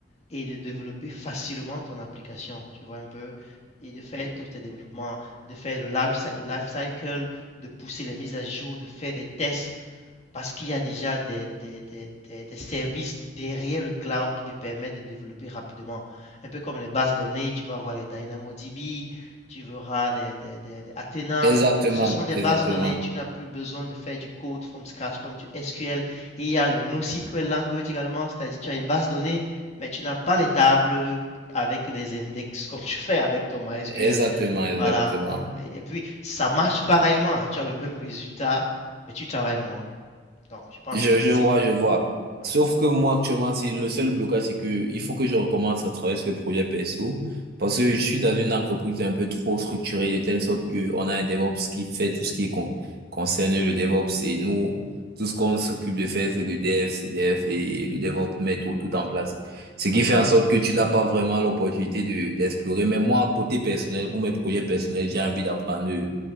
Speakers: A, on the left; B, on the right.
A: et de développer facilement ton application, tu vois un peu, et de faire tous tes développements, de faire le life, le life cycle, de pousser les mises à jour, de faire des tests. Parce qu'il y a déjà des, des- des- des- des services derrière le cloud qui te permettent de développer rapidement. Un peu comme les bases données, tu vas voir les DynamoDB, tu verras des, des- des- des Athena.
B: Exactement,
A: Ce sont des
B: exactement,
A: bases données, tu n'as plus besoin de faire du code from scratch comme du SQL. Et il y a le NoSQL language également, c'est-à-dire tu as une base donnée, mais tu n'as pas les tables avec des index comme tu fais avec ton MySQL.
B: exactement, exactement.
A: Voilà. donc, et, et puis, ça marche pareillement. hein, Tu as le même résultat, mais tu travailles moins. Donc, je pense
B: Je,
A: que si.
B: je vois, je vois.
A: Ouais,
B: Sauf que moi, actuellement, c'est le seul blocage, c'est que il faut que je recommence à travailler sur les projets perso. Parce que je suis dans une entreprise un peu trop structurée, de telle sorte que on a un DevOps qui fait tout ce qui est con- concerné le DevOps. Et nous, tout ce qu'on s'occupe de faire, c'est du Dev, c'est Dev, et le DevOps met tout, tout en place. Ce qui
A: d'accord.
B: fait en sorte que tu n'as pas vraiment l'opportunité de, d'explorer. Mais moi, côté personnel, pour mes projets personnels, j'ai envie d'apprendre le,